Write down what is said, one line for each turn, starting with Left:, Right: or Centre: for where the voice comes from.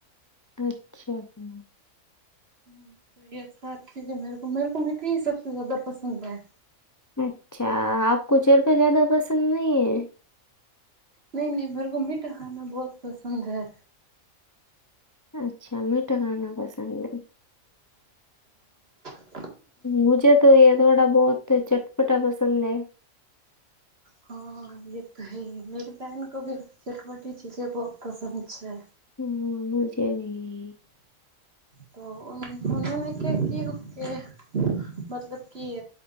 Left: અચ્છા હ
Right: હમ તો એ સાર ચીજે મે મીઠી સથી જ્યાદા પસંદ હૈ
Left: અચ્છા આપ કો ચેરકા જ્યાદા પસંદ નહીંહે
Right: નઈ નઈ મેરે કો મીઠા ખાના બહોત પસંદ હે
Left: અચ્છા મીઠા ખાના પસંદ હે
Right: અ
Left: મુજે તો એ થોડા બહુત ચટપટા પસંદ હે.
Right: હા એ તો હૈ મેરી બહેન કો ભી ચટપટી ચીજે બહુત પસંદ છે.
Left: હમ્મ મુજેભી
Right: તો ઓન ઓનોને કેકિઓ કે મતલબ કી